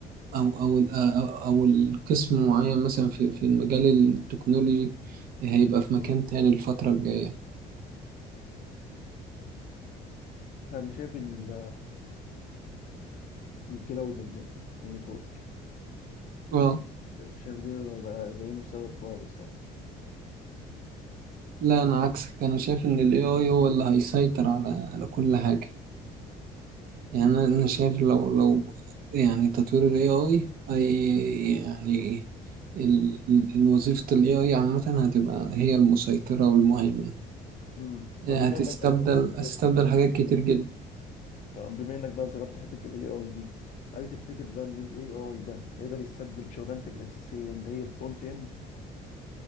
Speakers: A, on the right (about 60°); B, on the left (about 50°).
A: او او ال- او, أو القسم معين مثلا في, في المجال التكنولوجي هيبقى في مكان
B: مم.
A: تاني الفترة الجاية
B: أنا شايف ال- الكلاودنج يعني النتورك
A: اه
B: شايف دي بقى, بقى ليه مستقبل كويس يعني
A: لا انا عكسك انا شايف ان الاي اي
B: مم.
A: هو اللي هيسيطر على على كل حاجة يعني انا أنا شايف لو
B: مم.
A: لو يعني تطوير ال AI اي اي يعني ال- ال- وظيفة ال AI عامة هتبقى هي المسيطرة والمهيمنة
B: مم.
A: يعني
B: طب بما
A: هتستبدل
B: إنك بقى ذكرت
A: هتستبدل حاجات كتير جدا
B: طب بما انك بقى ذكرت حته الاي اي دي هل تفتكر بقى ان الاي اي ده هيقدر يستبدل شغلانتك الاساسيه اللي هي الفرونت اند